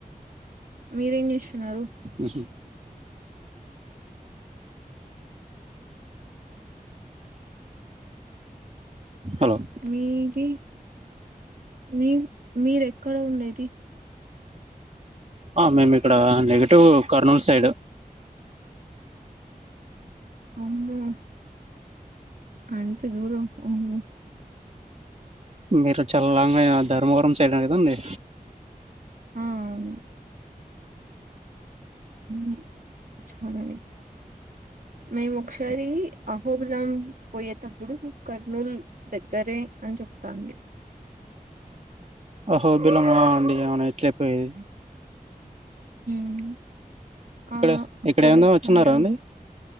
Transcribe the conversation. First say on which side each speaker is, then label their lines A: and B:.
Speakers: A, on the right (about 65°); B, on the right (about 45°).
A: మీరేం చేస్తున్నారు
B: మ్ హు హలో
A: మీది మీ మీరెక్కడ ఉండేది
B: ఆ మేము ఇక్కడ నెగిటివ్ కర్నూలు సైడ్
A: అమ్మో అంత దూరం అమ్మో
B: మీరు చల్లానయ ధర్మవరం సైడే కద ఉంది
A: ఆ అవును మ్ వందే మేము ఒకసారి అహోబిలం పోయేటప్పుడు కర్నూలు దగ్గరే అని చెప్తాంది
B: అహోబిలమా అండి ఆ ఇట్లే పోయేది
A: మ్
B: ఇక్కడ
A: ఆ అక్కడ
B: ఇక్కడ ఏందో వచ్చినారా
A: చాలా
B: అండి